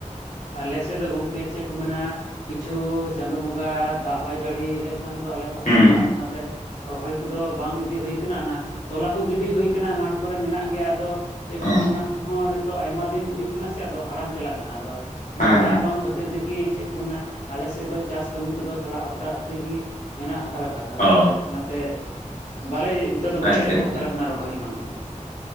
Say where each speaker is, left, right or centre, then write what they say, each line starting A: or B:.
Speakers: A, on the left; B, on the left.
A: ᱟᱞᱮ ᱥᱮᱫ ᱫᱚ ᱜᱚᱝᱠᱮ ᱪᱮᱫ ᱠᱚ ᱢᱮᱱᱟ, ᱠᱤᱪᱷᱩ ᱪᱟᱸᱫᱚ ᱵᱚᱸᱜᱟ ᱫᱟᱜ ᱵᱟᱭ ᱡᱟᱹᱲᱤ ᱞᱮ ᱮᱠᱷᱟᱱ ᱫᱚ ᱟᱞᱮ ᱯᱟᱥᱴᱟ
B: ᱦᱩᱸ
A: ᱢᱟ ᱟᱫᱚ
B: ᱦᱩᱸ
A: ᱚᱱᱟ ᱛᱮ ᱨᱚᱦᱚᱭ ᱠᱚᱫᱚ ᱵᱟᱝ ᱤᱫᱤ ᱦᱩᱭ ᱠᱟᱱᱟ ᱚᱱᱟ ᱛᱚᱞᱟ ᱠᱚ ᱜᱤᱰᱤ ᱦᱩᱭ ᱠᱟᱱᱟ ᱢᱟᱴᱷ ᱠᱚᱨᱮ ᱢᱮᱱᱟᱜ ᱜᱮᱭᱟ, ᱟᱫᱚ ᱪᱮᱫ ᱠᱚ
B: ᱚ
A: ᱚᱱᱟ ᱠᱚᱦᱚᱸ ᱱᱤᱛᱚᱜ ᱟᱭᱢᱟ ᱫᱤᱱ ᱦᱩᱭᱩᱜ ᱠᱟᱱᱟ ᱥᱮ ᱟᱫᱚ ᱦᱟᱲᱟᱢ ᱪᱟᱞᱟᱜ ᱠᱟᱱᱟ, ᱟᱫᱚ ᱚᱱᱟ
B: ᱦᱮᱸ
A: ᱫᱟᱜ
B: ᱦᱮᱸ
A: ᱵᱟᱝ ᱠᱷᱟ ᱛᱤᱨ ᱛᱤᱜᱤ ᱪᱮᱫ ᱠᱚ ᱢᱮᱱᱟ, ᱟᱞᱮ ᱥᱮᱫ ᱫᱚ ᱪᱟᱥ ᱠᱟᱹᱢᱤ ᱠᱚᱫᱚ ᱛᱷᱚᱲᱟ ᱟᱛᱨᱟ ᱟᱹᱛᱨᱤ ᱜᱤ ᱢᱮᱱᱟᱜ ᱦᱟᱛᱟᱲ ᱟᱠᱟᱫᱟ ᱟᱫᱚ,
B: ᱚ
A: ᱚᱱᱟᱛᱮ ᱵᱟᱞᱮ ᱛᱮᱫᱚ ᱵᱟᱞᱮ
B: ᱟᱪᱪᱷᱟ
A: ᱮᱦᱚᱵ
B: ᱟᱪᱪᱷᱟ
A: ᱦᱟᱛᱟᱲ ᱠᱟᱱᱟ ᱨᱚᱦᱚᱭ ᱮᱢᱟᱱ ᱠᱚᱫᱚ᱾